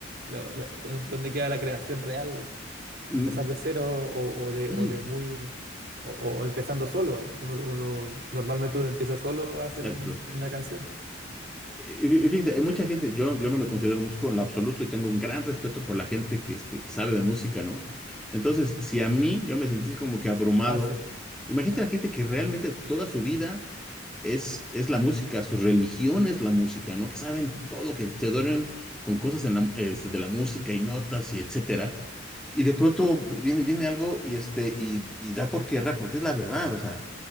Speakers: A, on the right (about 55°); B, in the centre.
A: lo- lo- con- donde queda la creación real, empezar
B: mm,
A: de cero o, o de,
B: Y
A: o de muy, o, o empezando solo. Uno, uno- normalmente uno empieza solo a hacer
B: exacto.
A: un- una canción.
B: Y fí- Fíjate, hay mucha gente, yo, yo no me considero músico en lo absoluto y tengo un gran respeto por la gente que, este, que sabe de música, ¿no? Entonces, si a mí yo me sentí como que abrumado,
A: Ah, sí.
B: imagínate la gente que realmente toda su vida es, es la música, su religión es la música, ¿no? Que saben todo, que se duermen con cosas en la este, de la música y notas y etcétera. Y de pronto viene, viene algo y, este, y, y da por tierra, porque es la verdad, o sea,